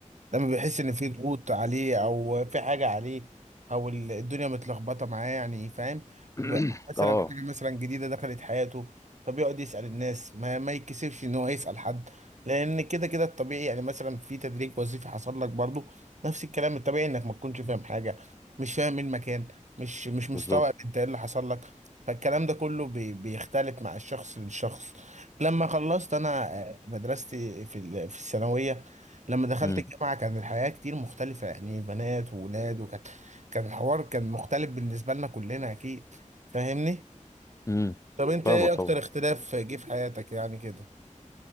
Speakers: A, on the right (about 65°); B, on the left (about 25°).
A: لما بيحس ان في ضغوط عليه او في حاجه عليه او ال- الدنيا متلخبطه معاه يعني فاهم
B: <clears throat>
A: ب- أو مثلا
B: اه
A: حاجه مثلا جديده دخلت حياته فبيقعد يسال الناس ما ما يتكسفش ان هو يسال حد لان كده كده الطبيعي يعني مثلا في تدريج وظيفي حصل لك برضو نفس الكلام الطبيعي انك ما تكونش فاهم حاجه مش فاهم إيه المكان مش مش مستوعب
B: بالظبط
A: انت ايه اللي حصل لك فالكلام ده كله بي- بيختلف مع الشخص للشخص لما خلصت انا آه، مدرستي في ال- في الثانويه لما دخلت
B: امم
A: الجامعة كان الحياة كتير مختلفة يعني بنات وولاد وكانت كان الحوار كان مختلف بالنسبة لنا كلنا أكيد فاهمني؟
B: امم
A: طب أنت
B: فاهمك
A: إيه أكتر
B: طبعا
A: اختلاف جه في حياتك يعني كده؟